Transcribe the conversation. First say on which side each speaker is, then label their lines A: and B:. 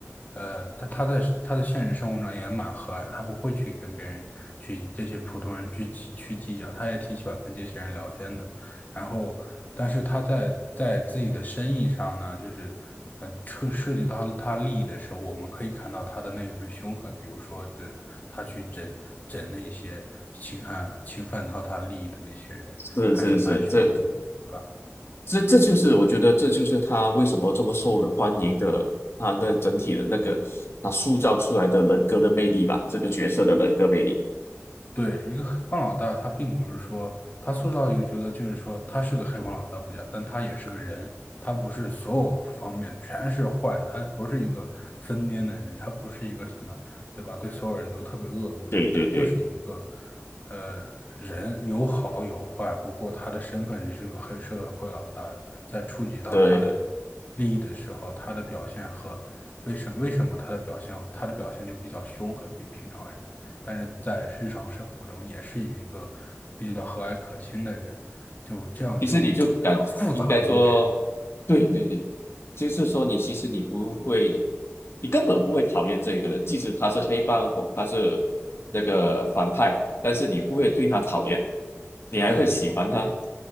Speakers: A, on the left; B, on the left.
A: 呃，他他在他的现实生活中也蛮和蔼的他不会去跟别人去这些普通人去计去计较，他也挺喜欢跟这些人聊天的。然后，但是他在在自己的生意上呢，就是呃涉涉及到他利益的时候，我们可以看到他的那一份凶狠，比如说，对，他去整整那些侵害侵犯到他利益的那些人。
B: 是是是，
A: 还是蛮凶狠的，
B: 这
A: 是吧？
B: 这这就是我觉得这就是他为什么这么受人欢迎的，他那整体的那个他塑造出来的人格的魅力吧，这个角色的人格魅力。
A: 对，一个黑帮老大，他并不是说他塑造一个角色，就是说他是个黑帮老大不假，但他也是个人，他不是所有方面全是坏的，他不是一个疯癫的人，他不是一个什么，对吧？对所有人都特别恶毒的人，
B: 对对对，
A: 他就是一个呃人，有好有坏，不过他的身份是个黑社会老大，在触及到他的
B: 对。
A: 利益的时候，他的表现和为什为什么他的表现，他的表现就比较凶狠，比平常人。但是在日常生活中也是一个比较和蔼可亲的人，就这样就
B: 其实你就感应该说，
A: <tsk> 很复杂的一个人。
B: 对对对，就是说你其实你不会，你根本不会讨厌这个人，即使他是黑帮或他是那个反派，但是你不会对他讨厌，你还会喜欢他。
A: 对，我觉得